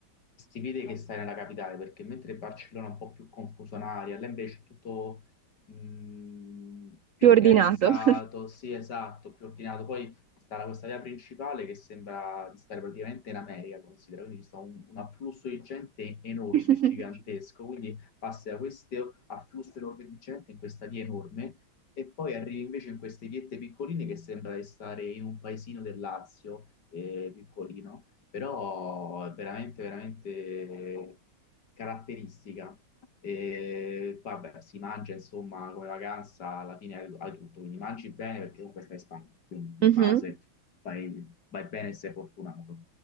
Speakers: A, on the left; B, on the right.
A: si vede che stai nella capitale, perché mentre Barcellona è un po' più confusionaria, là invece è tutto mh, più
B: Più ordinato.
A: organizzato,
B: <laughs>
A: sì, esatto, più ordinato. Poi sta la- questa via principale che sembra di stare praticamente in America, considera, quindi c'è un, un afflusso di gente enorme,
B: Ok. <laughs>
A: gigantesco, quindi passi da questo afflusso enorme di gente in questa via enorme e poi arrivi invece in queste viette piccoline che sembra di stare in un paesino del Lazio, eh, piccolino, però è veramente, veramente caratteristica. E vabbè, si mangia insomma come vacanza, alla fine hai hai tutto, quindi mangi bene perché comunque stai in Spagna, quindi di
B: Mhm.
A: base vai, vai bene e sei fortunato.